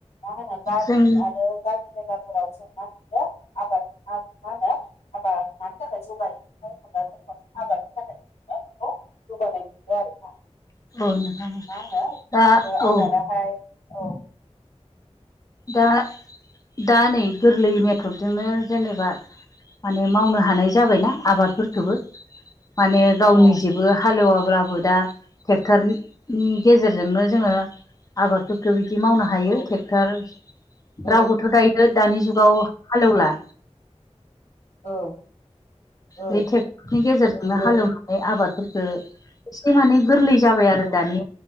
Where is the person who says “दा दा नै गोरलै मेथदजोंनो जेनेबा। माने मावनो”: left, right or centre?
Left